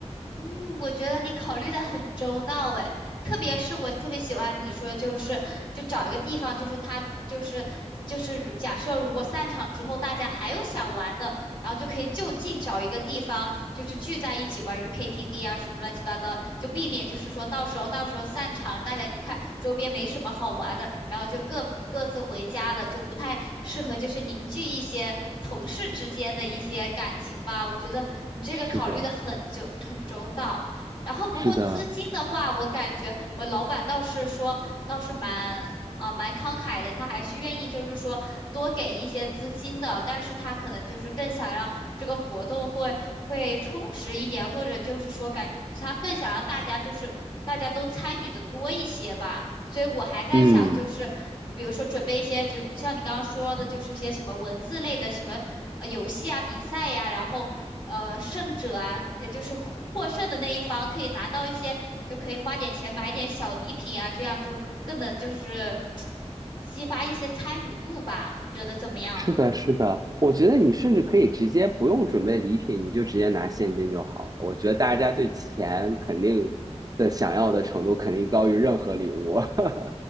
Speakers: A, on the left; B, on the right.
A: 嗯，我觉得你考虑的很周到诶，特别是我特别喜欢你说的就是，就找一个地方，就是他就是就是如假设如果散场之后大家还有想玩的，然后就可以就近找一个地方，就是聚在一起玩，就 KTV 啊什么乱七八糟，就避免就是说到时候到时候散场，大家一看周边没什么好玩的，然后就各各自回家了，就不太适合就是凝聚一些同事之间的一些感情吧。我觉得你这个考虑的很就很周到。
B: 是的，
A: 然后不过资金的话，
B: 是的，
A: 我感觉我老板倒是说倒是蛮啊、蛮慷慨的，他还是愿意就是说多给一些资金的，但是他可能就是更想让这个活动会会充实一点，或者就是说感他更想让大家就是大家都参与的多一些吧。所以我还在想，
B: 嗯。
A: 就是比如说准备一些，就像你刚刚说的，就是些什么文字类的什么呃游戏啊、比赛呀、然后呃胜者啊，也就是获获胜的那一方可以拿到一些，就可以花点钱买点小礼品啊，这样就更能就是 <tsk> 激发一些参与度吧。你觉得怎么样？
B: 是的，是的，我觉得你甚至可以直接不用准备礼品，你就直接拿现金就好了。我觉得大家对钱肯定的想要的程度肯定高于任何礼物，<laughs>